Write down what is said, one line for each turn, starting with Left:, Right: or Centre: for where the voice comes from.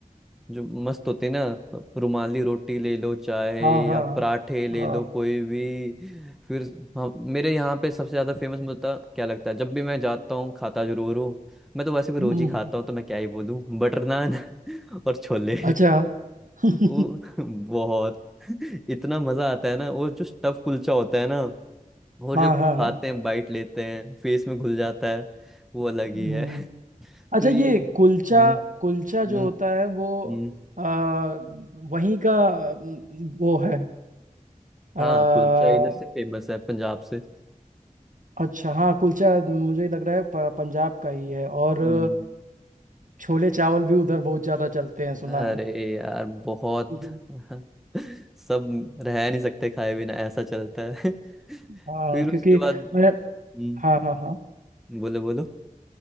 Centre: जो मस्त होते हैं ना रुमाली रोटी ले लो चाहे
Right: हाँ हाँ
Centre: या पराठे ले
Right: हाँ
Centre: लो कोई भी फिर हम मेरे यहाँ पे सबसे ज्यादा फेमस मुझे क्या लगता है जब भी मैं जाता हूँ खाता जरूर हूँ मैं तो वैसे भी रोज
Right: हम्म,
Centre: ही खाता हूँ तो मैं क्या ही बोलूँ बटर नान <laughs> और छोले
Right: अच्छा <laughs>
Centre: वो <laughs> बहुत <laughs> इतना मजा आता है ना वो जो स्टफ कुलचा होता है ना और
Right: हाँ
Centre: जब
Right: हाँ हाँ
Centre: खाते हैं बाइट लेते हैं फेस में घुल जाता है वो अलग
Right: हम्म
Centre: ही है <laughs>
Right: अच्छा
Centre: तो यही
Right: ये
Centre: है हम्म
Right: कुलचा कुलचा
Centre: हम्म
Right: जो होता है वो
Centre: हम्म
Right: आ, वहीं का अम, वो है आ,
Centre: हाँ कुलचा इधर से फेमस है पंजाब से
Right: अच्छा हाँ कुलचा मुझे लग रहा है प- पंजाब का ही है और अ,
Centre: हम्म
Right: छोले चावल भी उधर बहुत ज़्यादा चलते हैं सुना
Centre: अरे
Right: है
Centre: यार बहुत
Right: हम्म।
Centre: <laughs> सब रह नहीं सकते खाए बिना ऐसा चलता है <laughs>
Right: हाँ
Centre: फिर
Right: क्योंकि
Centre: उसके बाद
Right: मैं
Centre: हम्म,
Right: हाँ हाँ हाँ
Centre: बोलो बोलो